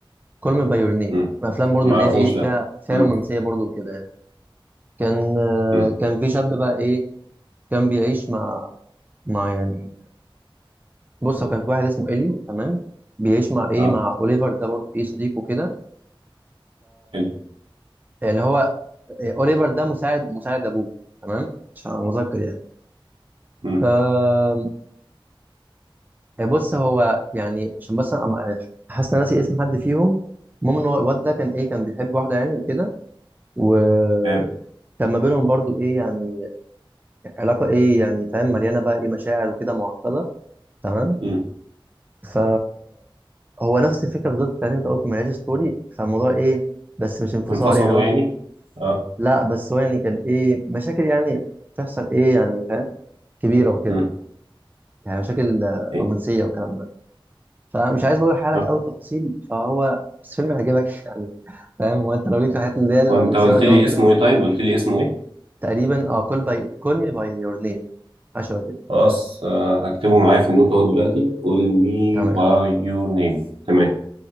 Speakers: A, on the right; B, on the right.
A: Call Me by Your Name
B: مم.
A: من الافلام برضه
B: معرفوش
A: اللي هي ايه فيها
B: لأ
A: فيها
B: مم.
A: رومانسيه برضه وكده يعني كان آه،
B: مم.
A: كان في شاب بقى ايه كان بيعيش مع مع يعني بص هو كان في واحد اسمه اليو تمام بيعيش مع ايه
B: أه
A: مع اوليفر ده برضه ايه صديقه كده
B: حلو
A: يعني هو إيه، اوليفر ده مساعد مساعد ابوه تمام عشان أبقى مذكر يعني
B: مم.
A: ف آه، بص هو يعني عشان بس أنا أم- حاسس ان أنا ناسي اسم حد فيهم المهم ان هو الواد ده كان ايه كان بيحب واحده يعني وكده وكان
B: تمام
A: ما بينهم برضو ايه يعني علاقه ايه يعني فاهم مليانه بقى ايه مشاعر وكده معقده تمام
B: مم.
A: ف هو نفس الفكره بالظبط بتاعت انت قلت ملهاش ستوري فالموضوع ايه بس مش انفصال
B: انفصلوا
A: يعني هو
B: يعني اه
A: لا بس هو يعني كان ايه مشاكل يعني بتحصل ايه يعني فاهم كبيره وكده
B: امم
A: يعني مشاكل آه،
B: ايه
A: رومانسيه والكلام ده فمش عايز برضه احرق
B: آه.
A: لك قوي التفاصيل فهو بس فيلم هيعجبك <laughs> يعني فاهم هو انت لو ليك في الحاجات اللي هي الرومانسيه
B: هو انت قلت
A: والدراما
B: لي
A: كده
B: اسمه ايه طيب قلت لي اسمه ايه
A: تقريبا اه كول باي كول مي باي يور نيم عشان كده
B: خلاص آه. هكتبه معايا في النوت اهو دلوقتي call me
A: تمام
B: by your name تمام